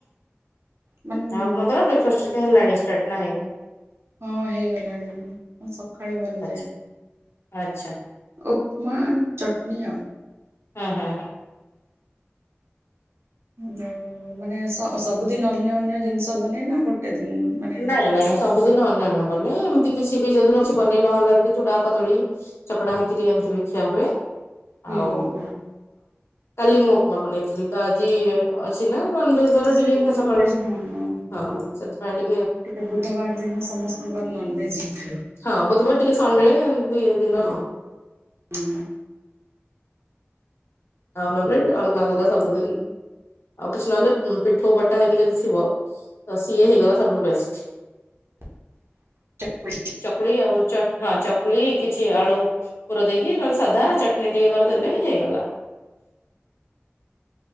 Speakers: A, on the right (about 70°); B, on the left (about 75°).
A: ମାନେ
B: ଆ ଆପଣଙ୍କର ବେ ଫାଷ୍ଟ ରେ କଁ ହେଲାଣି ଷ୍ଟାର୍ଟ ନା ହେଇନି?
A: ହଁ ହେଇଗଲାଣି ମୁଁ ସକ୍ କାଳୁ ବନିଯାଏ
B: ଆଚ୍ଛା ଆଚ୍ଛା
A: ଉପମା ଚଟ୍ନି ଆଉ।
B: ହଁ-ହଁଁ
A: ଯୋଉ ମାନେ ସ ସବୁଦିନ ଅନ୍ୟ ଅନ୍ୟ ଜିନିଷ ବନେଇନା ଗୋଟେ ଦିନ। ମାନେ ଅଲଗା
B: ନାଇଁ
A: ଅଲଗା?
B: ନାଇଁ ସବୁଦିନ ଅନ୍ୟ ଅନ୍ୟ ବନେ ଏମ୍ତି କିଛି ବି ଯୋଉ ଦିନ କିଛି ବନେଇ ନହେଲା ଏମ୍ତି ଚୁଡା କଦଳୀ ଚକଡା ହେଇକିରି ଏମିତି ବି ଖିଆ ହୁଏ।
A: ହୁଁ
B: ଆଉ
A: ହୁଁ
B: ହଁ କାଲି ମୁଁ ଉପ୍ମା ବନେଇଥିଲି। ତ ଆଜି ଅଛି ନା ନନ୍ ଭେଜ
A: ହୁଁ
B: ବାର ଟିକେ
A: ଆଜି ନନଭେଜ
B: ସକାଳୁ
A: ହଁ ହୁଁ
B: ହଁ
A: ହୁଁ।
B: ସେଥିପାଇଁ ଟି
A: ଟିକେ ବୁଧବାର ଦିନ ସମସ୍ତଙ୍କର ନନ୍ ଭେଜ ହେଇଥାଏ
B: ହଁ ବୁଧବାର ଟିକେ ସଣ୍ଡେ ଏମିତି ଦିନ
A: ହୁଁ। ହୁଁ।
B: ଆଉ ରବି ଅଲ୍ଗା ଅଲ୍ଗା ସବୁ ଦିନ୍ ଆଉ କିଛି ନହେଲେ ଉଁ ପିଠୋଉ ବଟା ହେଇକି ଯଦି ଥିବ ତ ସିଏ ହେଇଗଲା ସବୁଠୁ ବେଷ୍ଟ୍।
A: <inaudible> ଚକୁଳି
B: ଚକୁଳି ଆଉ ଚ ହଁ ଚକୁଲି କିଛି ଆଳୁ ପୁର ଦେଇକି ନହେଲେ ସାଧା ଚଟଣି ଟିକେ କରିଦେଲେ ହେଇଗଲା।